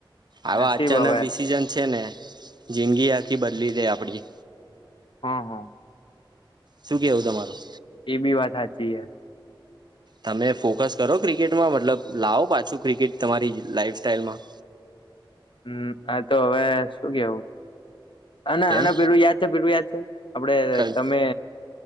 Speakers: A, on the right (about 55°); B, on the left (about 70°).
A: આવા
B: નસીબ
A: અચાનક
B: હવે
A: ડિસીિઝન છે ને, જિંદગી આખી બદલી દે આપડી.
B: હા! હા!
A: શું કેવું તમારું?
B: એ બી વાત સાચી હ
A: તમે ફોકસ કરો ક્રિકેટમાં મતલબ લાવો પાછું ક્રિકેટ તમારી લાઈફ સ્ટાઇલ માં!
B: હમ, આ તો હવે શું કેવું! અને
A: કેમ
B: અને પેલું યાદ છે, પેલું યાદ છે આપડે
A: કયું?
B: તમે!